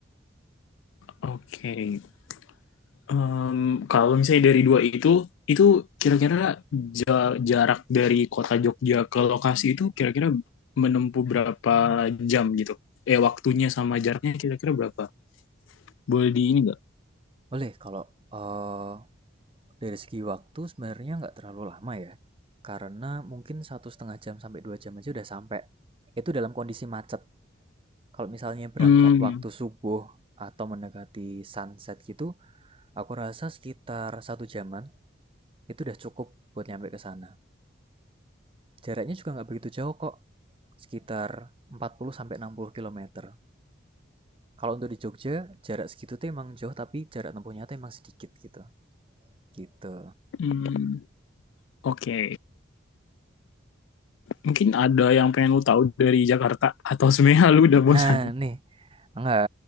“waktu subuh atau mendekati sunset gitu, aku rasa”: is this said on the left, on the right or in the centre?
Right